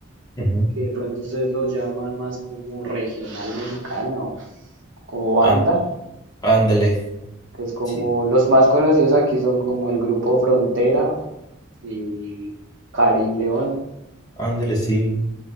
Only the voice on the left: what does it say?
Ujú.
Án- ándale,
sí,
ándale, sí.